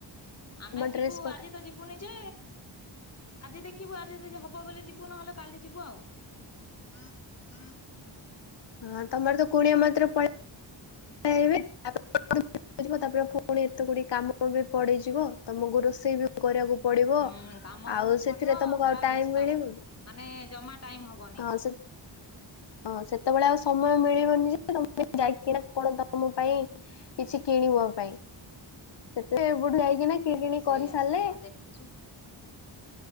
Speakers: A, on the left; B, on the left.
A: ଆମେ
B: ଡ୍ରେସ
A: ଯିବୁ
B: ପଟା
A: ଆଜି ତ ଯିବୁନି ଯେ ଆଜି ଦେଖିବୁ ଆଜି ଯି ହବ ବୋଲି ଯିବୁ ନହେଲେ କାଲି ଯିବୁ ଆଉ। ହଁ ହୁଁ
B: ହଁ ତମର ତ କୁଣିଆ ମାତ୍ର ପେଇବେ ତାପରେ ପୁଣି ଏତେ ଗୁଡିଏ କାମ ବି ପଡ଼ିଯିବ ତମକୁ ରୋଷେଇ ବି କରିବାକୁ। ପଡିବ
A: ହୁଁ କାମ ବହୁତ
B: ଆଉ ସେଥିରେ
A: ପଡିବ
B: ତମକୁ
A: ପୁରା
B: ଆଉ ଟାଇମ
A: ବ୍ୟସ୍ତ
B: ମିଳିବ।
A: ମାନେ ଜମା ଟାଇମ ହବନି।
B: ହଁ ସେ ହଁ ସେତେବେଳେ ଆଉ ସମୟ ମିଳିବନି ଯେ ତମେ
A: ହୁଁ
B: ଯାଇକି। ଆପଣ ତମ ପାଇଁ କିଛି କିଣିବା ପାଇଁ ସେଥିେ ଏପଟୁ ଯାଇକିନା। କି କିଣା କିଣି
A: ସେଇଆ
B: କରି ସାରିଲେ।
A: ସେଇଆ ଦେଖୁଛୁ